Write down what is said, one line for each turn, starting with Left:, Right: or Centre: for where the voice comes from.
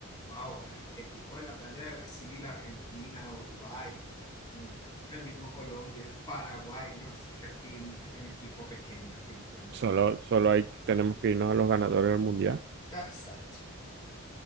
Left: wow, equipos de la talla de Brasil, Argentina, Uruguay, eh, el mismo Colombia, Paraguay, no, si es que aquí no hay un equipo pequeño definitivamente.
Right: Solo, solo hay, tenemos que irnos a los ganadores del mundial
Left: Exacto.